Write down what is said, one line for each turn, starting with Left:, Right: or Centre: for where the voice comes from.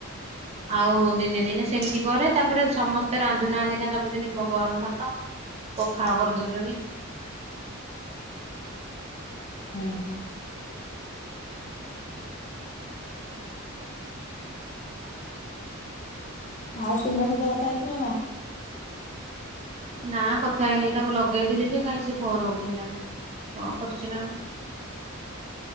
Right: ଆଉ ଦିନେ ଦିନେ ସେମିତି କରେ ତାପରେ ସମସ୍ତେ ରାନ୍ଧୁନା ଆନ୍ଧିନା ସବୁଦିନ ଗରମ ଭାତ ପଖାଳ କରିଦଉଛନ୍ତି।
Left: ହୁଁ ହୁଁ। <inaudible> ଆଉ ସୁନା ସହିତ କଥା ହେଥିଲା ନା।
Right: ନା କଥା ହେଇନି ତାକୁ ଲଗେଇଥିଲି ଯେ କାଇହିଁ ସେ ଫୋନ ଉଠେଇଲାନି କଣ କରୁଛି ନା।